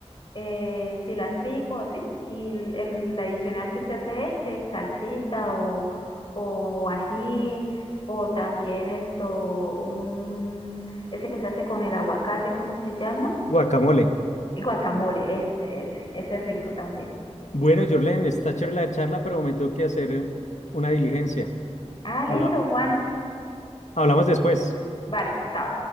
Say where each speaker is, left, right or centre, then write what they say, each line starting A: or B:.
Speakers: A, on the left; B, on the left.
A: eh, cilantrico, así. Y el, el adicional que usted le eche, salsita o, o ají, o también esto, un, ese que se hace con el aguacate, ¿cómo se llama?
B: Guacamole.
A: El Guacamole, ese, ese, ese es rico también.
B: Bueno, Jorlen, está chévere la charla, pero me tengo que hacer una diligencia.
A: Ah, listo,
B: Habla-
A: Juan.
B: hablamos después.
A: Vale, chao.